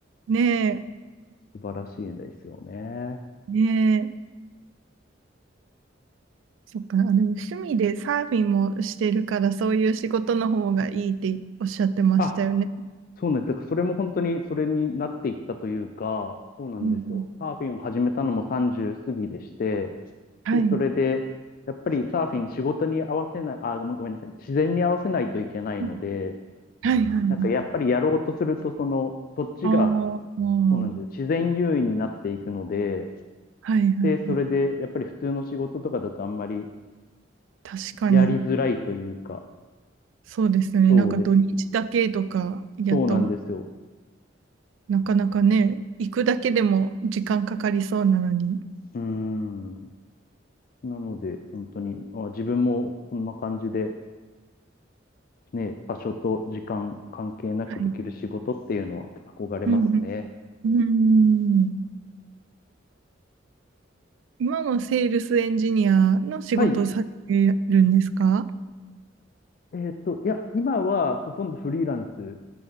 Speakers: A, on the right; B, on the left.
A: ね
B: 素晴らしいですよね。
A: え、ねえ。そっか、あ、の趣味でサーフィンもしてるからそういう仕事の方がいいっておっしゃってましたよね。
B: あ、そうなんです。だからそれも本当にそれになっていったというか、そうなんですよ。
A: うんうん、
B: サーフィンを始めたのも30過ぎでして、
A: はい。
B: で、それで、やっぱりサーフィン仕事に合わせない、あ、ごめんごめんなさい、自然に合わせないといけないので、
A: うんはいはいはい。
B: なんかやっぱりやろうとすると、その、そっちが、
A: ああ、もう
B: そうなんですよ。自然優位になっていくので、
A: はいはいはい。
B: で、それで、やっぱり普通の仕事とかだとあんまり
A: 確かに。
B: やりづらいというか、
A: そうですよね。
B: そうです。
A: なんか土日だけとかやっと
B: そうなんですよ。
A: なかなかね、行くだけでも時間かかりそうなのに。
B: うーん。なので、本当に、あ、自分もそんな感じで、ね、場所と時間関係なくできる仕事っていうのは憧れますね。
A: はい。うん。うん。うん今もセールスエンジニアの仕事をされてるんですか
B: はい。えーっと、いや、今はほとんどフリーランス